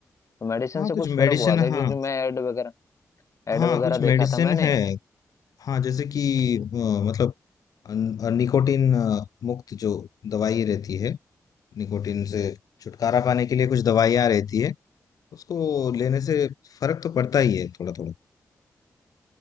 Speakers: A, on the left (about 55°); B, on the left (about 85°).
A: तो मेडिसिन
B: हाँ
A: से कुछ
B: कुछ
A: फर्क
B: मेडिसिन
A: हुआ क्या
B: हाँ
A: क्योंकि मैं एड वगैरह एड
B: हाँ
A: वगैरह
B: कुछ मेडिसिन
A: देखा था मैंने
B: है हाँ जैसे कि अ, मतलब निकोटिन मुक्त जो दवाई रहती है निकोटीन से छुटकारा पाने के लिए कुछ दवाइयाँ रहती है उसको लेने से फर्क तो पड़ता ही है थोड़ा थोड़ा